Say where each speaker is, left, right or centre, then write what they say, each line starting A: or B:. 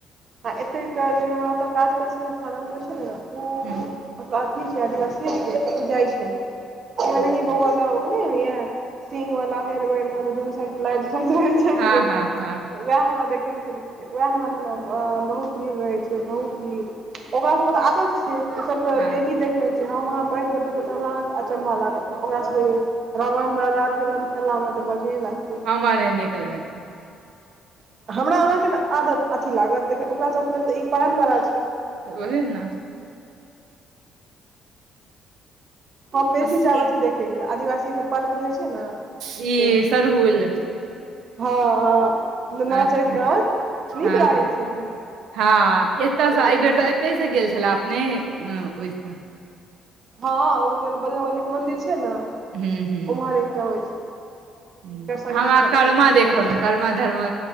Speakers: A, on the right; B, on the right.
A: आ एते जे हमरा ओतऽ काज करै छलै खाना बनबै छलै ने ओ
B: हू
A: मतलब अथी छै आदिवासी छै ओ जाइ छलय से ओहनाई
B: अच्छा
A: बऊआ न नहि होयै सिंग वाला हेयर बैंड दोनू साइड स लगैत रहै छै
B: हँ
A: किरण
B: हँ
A: क
B: हँ
A: उएह हमरा देखेने छल उएह हममे ने बहुत भीड़ रहै छै बहुत भीड़ ओकरा सबके तऽ आदत छै ओ सब तऽ
B: हँ
A: डेली देखने छ छी हम अहाँ बैठिक देखबै तऽ हमरा अहाँके अचंभा लागत ओकरा सबके राम रा ठेलम ठेला में ते बढ़ियाे लग
B: हमार नहि नीक लगैत
A: हमरा अहाँके आदत अथि लागत ओकरा सभ मतल तऽ ई परम्परा छै
B: ओएहे ने
A: हम बेसी
B: अस-
A: जैब अथी देखेके ल आदिवासी के पर्व जे होइ छै ने
B: ई
A: से
B: सरहुल
A: हँ हँ नाचैत
B: अच्छा
A: गाबैत नीक
B: हँ
A: लागै
B: हँ
A: छै लेकिन
B: हँ एतऽ
A: ओ
B: स
A: देख
B: आइ बेर तऽ एतहि से गेल छले अपने ओहिसँ
A: हँ ओ बजरग वली के मंन्दिर छै ने
B: हू हू
A: ओम्हर एकटा होइ छै हुनकर
B: ह
A: संगी
B: हमरा
A: सब
B: कर्मा
A: छै
B: देखयमे कर्मा धर्मा